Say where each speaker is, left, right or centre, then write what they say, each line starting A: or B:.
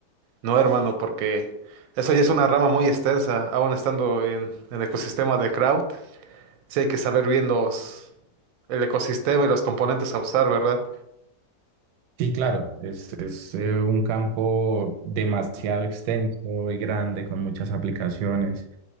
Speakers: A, on the right; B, on the right.
A: No, hermano, porque eso ya es una rama muy extensa. Aún estando en, el ecosistema de crowd, sí hay que saber bien los, el ecosistema y los componentes a usar, ¿verdad?
B: Sí, claro, es, es eh, un campo demasiado extenso y grande con muchas aplicaciones.